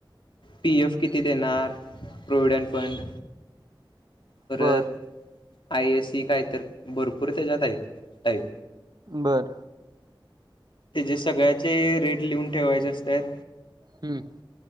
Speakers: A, on the left; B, on the right.
A: पी एफ किती देणार? प्रोविडंट फंड परत
B: बर
A: आय एस सी काय तर, भरपूर त्याच्यात हायत टाईप.
B: बर
A: ते जे सगळ्याचे रेट लिहून ठेवायचे असत्यात.
B: हम्म